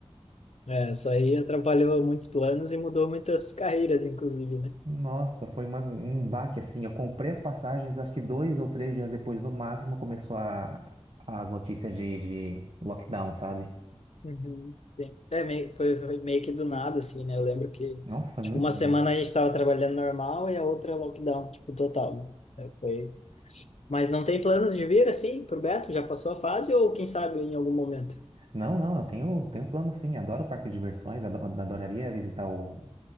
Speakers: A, on the left; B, on the right.
A: É, isso aí atrapalhou muitos planos e mudou muitas carreiras, inclusive, né?
B: Nossa, foi uma- um baque assim. Eu comprei as passagens, acho que dois ou três dias depois, no máximo, começou a, as notícias de, de lockdown, sabe?
A: Uhum. Sim. É, meio, foi, foi meio que do nada, assim, né? Eu lembro que,
B: Nossa, foi
A: tipo,
B: muito
A: uma
B: doido.
A: semana a gente estava trabalhando normal e a outra lockdown, tipo, total, né? É, foi... Mas não tem planos de vir, assim, pro Beto? Já passou a fase ou, quem sabe, em algum momento?
B: Não, não, eu tenho, tenho plano sim. Adoro parque de diversões, ado- adoraria visitar o